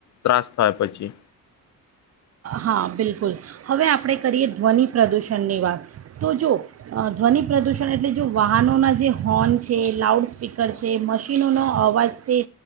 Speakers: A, on the left; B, on the right.
A: ત્રાસ થાય પછી.
B: હા બિલકુલ, હવે આપણે કરીએ ધ્વનિ પ્રદૂષણની વાત. તો જો ધ્વનિ પ્રદૂષણ એટલે જો વાહનોના જે હોર્ન છે, લાઉડ સ્પીકર છે, મશીનોનો અવાજ થી,